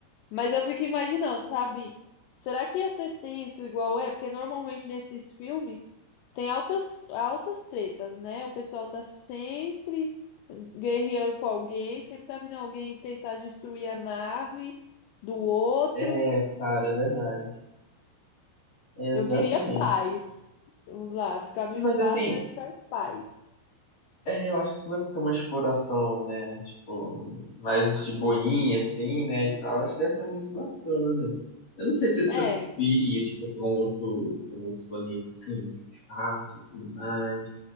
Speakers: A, on the left; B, on the left.
A: Mas eu fico imaginando, sabe? Será que ia ser tenso igual é? Porque normalmente nesses filmes tem altas, altas tretas, né? O pessoal tá sempre guerreando com alguém, sempre tá vindo alguém tentar destruir a nave do outro.
B: É, cara, é verdade. Exatamente.
A: Eu diria paz. Vamos lá, ficar no
B: Mas
A: espaço,
B: assim,
A: mas ficar em paz.
B: É, eu acho que se você tem uma exploração, né, tipo, mais de boinha, assim, né, e tal, acho que deve ser muito bacana, né? Eu não sei se você
A: É.
B: iria, tipo, pra um outro, pra um outro planeta, assim, espaço e tudo mais.